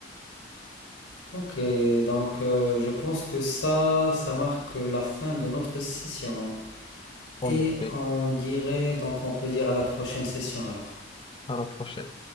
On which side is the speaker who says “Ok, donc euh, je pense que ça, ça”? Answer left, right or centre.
Left